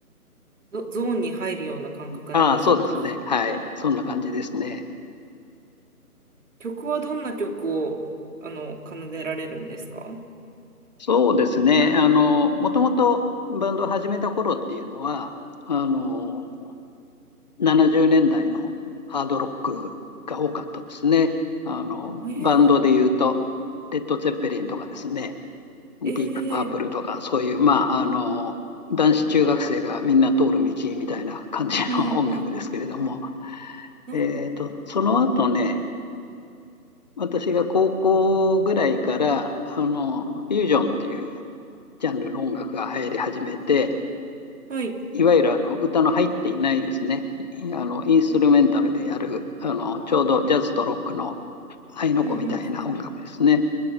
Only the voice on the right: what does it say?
ゾ、ゾーンに入るような感覚なんでしょうか。
曲はどんな曲をあの奏でられるんですか
えー、
えー、
うんうん、なん、
はい、
うんう